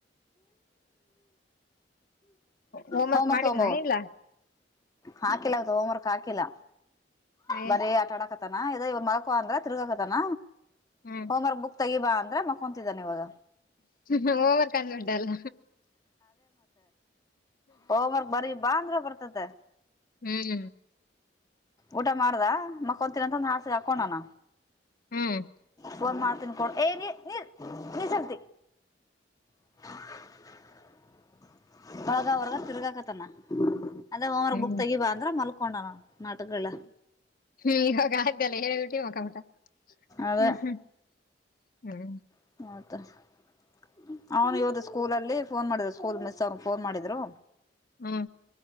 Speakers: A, on the left; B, on the left.
A: ಹೋಮ್
B: ಹೋಮ್ವರ್ಕ್
A: ವರ್ಕ್ ಮಾಡಿದ್ನ
B: ತಗೊಂಬೋಗು
A: ಇಲ್ಲ
B: ಹಾಕಿಲ್ಲ ಇತ್ತು ಹೋಮ್ವರ್ಕ್ ಹಾಕಿಲ್ಲ
A: ಅಯ್ಯ
B: ಬರೀ ಆಟ ಆಡಕ್ ಾನೋ ಇ ಮಳಕ ಅಂದ್ರ ತಿರುಗಾಕ ತಾನ
A: ಹ್ಮ್
B: ಹೋಮ್ರ್ಕ್ ಬುಕ್ ತೆಗಿಬಾ ಅಂದ್ರೆ ಮಕ್ಕೊಂತಿದ್ದಾನ ಇವಾಗ.
A: ಹೋಂವರ್ಕ್ ಅಂದ್ರೆ ಡಲ್ಲ.
B: ಹೋಮ್ವರ್ಕ್ ಬರಿ‌ ಬಾ ಅಂದ್ರೆ ಬರ್ತತೆ.
A: <inaudible>
B: ಊಟ ಮಾಡ್ದ ಮಕ್ಕೊತೀನಂತಂದ ಹಾಸಿಗೆ ಹಾಕೊಂಡಾನ.
A: ಹ್ಮ್ ಹ್ಮ್
B: ಫೋನ್ ಮಾಡ್ತನ್ಕೊಡ್ ಏ <unintelligible> ನೀ ನೀ <unintelligible> ನೀ ಸತಿ. <inaudible> ಒಳಗ ಹೊರ್ಗ ತಿರ್ಗಾಕತನ ಅದ ಒ್ವರ್
A: ಹ್ಮ್
B: ಬುಕ್ ತೆಗಿ ಬಾ ಅಂದ್ರ ಮಲ್ಕೊಂಡನ. ನಾಟಕಲ್ಲ.
A: ಹ್ಮ್ ಇವಾಗ ಆದಲ್ಲ ಹೇಳ್ಬಿಟ್ಟಿ ಮುಖ ಮುಟ <unintelligible>
B: ಅದೇ
A: ಹ್ಮ್ ಹ್ಮ್ ಹ್ಮ್.
B: <inaudible> ಅವನು ಇವತ್ತು ಸ್ಕೂಲ್ ಅಲ್ಲಿ ಫೋನ್ ಮಾಡಿದ್ರು ಸ್ಕೂಲ್ ಮಿಸ್ ಅವನ್ ಫೋನ್ ಮಾಡಿದ್ರು.
A: ಹ್ಮ್